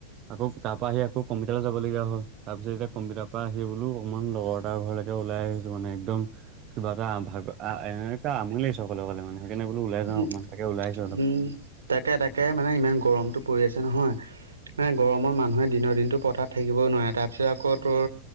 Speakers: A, on the right (about 35°); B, on the right (about 70°).
A: আকৌ তাৰ পৰা আহি আকৌ কম্পিউটাৰত যাবলগীয়া হ'ল তাৰ পিছ এতিয়া কম্পিউটাৰৰ পৰা আহি বোলো অকমান লগৰ এটাৰ ঘৰলৈকে ওলাই আহিছো মানে একদম কিবা এটা ভাগ এনেকা আমনি লাগিছে অকলে অকলে মানে সেইকাৰনে বোলো ওলাই
B: উম,
A: যাওঁ অকনমান তাকে ওলাই আহিছো অলপ
B: উম। তাকে তাকে মানে ইমান গৰমটো পৰি আছে নহয় নাই গৰমৰ মানুহে দিনৰ দিনতো পথাৰ থাকিবই নোৱাৰে তাৰ পিছত আকৌ তোৰ